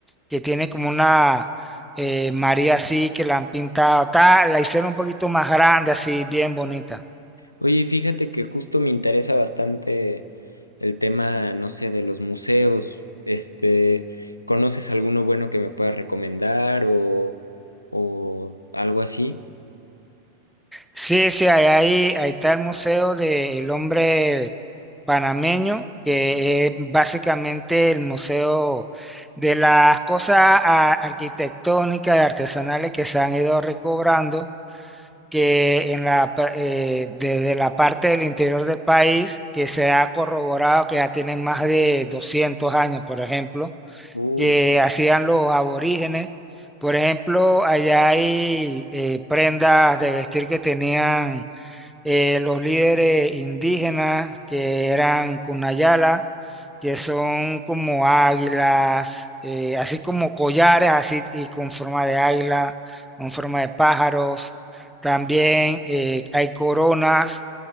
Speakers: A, in the centre; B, on the left (about 80°).
A: que tiene como una eh, María así que la han pintado, está- la hicieron un poquito más grande, así bien bonita.
B: Oye, fíjate que justo me interesa bastante el tema, no sé, de los museos. Este, ¿conoces alguno bueno que me puedas recomendar o, o algo así?
A: Sí, sí, ahí, ahí, ahí está el museo del hombre panameño, que es básicamente el museo de las cosas a- arquitectónicas y artesanales que se han ido recobrando, que en la, pa- eh, desde la parte del interior del país, que se ha corroborado que ya tienen más de 200 años, por ejemplo,
B: Uh,
A: que hacían los aborígenes. Por ejemplo, allá hay eh, prendas de vestir que tenían eh, los líderes indígenas que eran Kunayala, que son como águilas, eh, así como collares, así y con forma de águila, con forma de pájaros. También eh, hay coronas